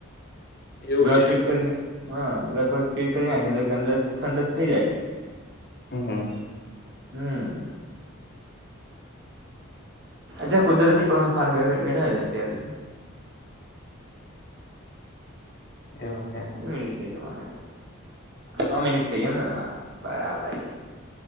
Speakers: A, on the left (about 45°); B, on the right (about 55°).
A: એવું
B: ઘર
A: છે
B: ફીટ કરીને હા ઘર પર ફીટ કરીને નાખી અંદર. ઠંડક થઈ જાય,
A: હમ
B: હમ. અત્યારે કુદરતી
A: બોલો
B: પણ ખાડે બેઠા છે, અત્યારે.
A: એવું.
B: પાચ મિનિટ થઈ, તેમા સો મિનિટ થઈ એમ ને તમારો બરાબર.